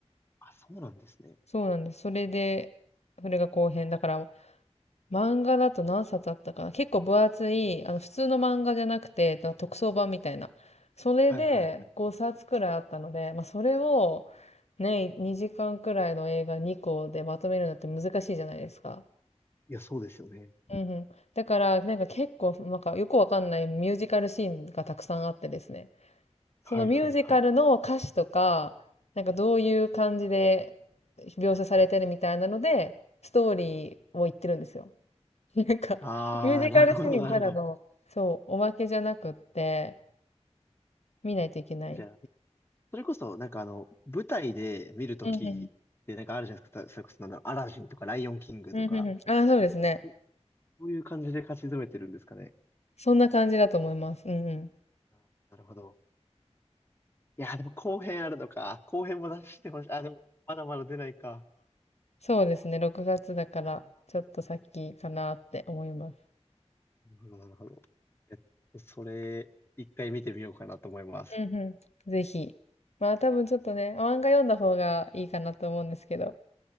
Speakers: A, on the left; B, on the left.
A: あ、そうなんですね。
B: そうなんです。それで、それが後編。だから、漫画だと何冊あったかな結構分厚い、あの、普通の漫画じゃなくて、特装版みたいな。それで5冊くらいあったので、
A: はいはいはい。
B: まあ、それをね、2時間くらいの映画2個でまとめるのって難しいじゃないですか。
A: いや、そうですよね。
B: うんうん。だから、なんか結構、なんかよくわかんないミュージカルシーンがたくさんあってですね。
A: はいはいはい。
B: そのミュージカルの歌詞とか、なんかどういう感じで描写されてるみたいなので、ストーリーを言ってるんですよ。なんか、
A: あー、
B: ミュージカルシーンただの、
A: なるほど、なるほど。
B: そう、おまけじゃなくって、見ないといけない。
A: じゃあ、それこそ、なんかあの、舞台で見るときで、
B: うんうん。
A: なんかあるじゃないですか。それこそ、なんだろう、アラジンとか、ライオンキングとか、
B: うんうんうん。ああ、そうですね。
A: そそういう感じで勝ち詰めてるんですかね。
B: そんな感じだと思います。うんうん。
A: あなるほど。いや、でも後編あるのか。後編も出してほしい。あ、でも、まだまだ出ないか。
B: そうですね。6月だから、ちょっと先かなって思います。
A: なるほど、なるほど。えっと、それ、一回見てみようかなと思います。
B: うんうん。ぜひ。まあ多分ちょっとね、漫画読んだ方がいいかなと思うんですけど。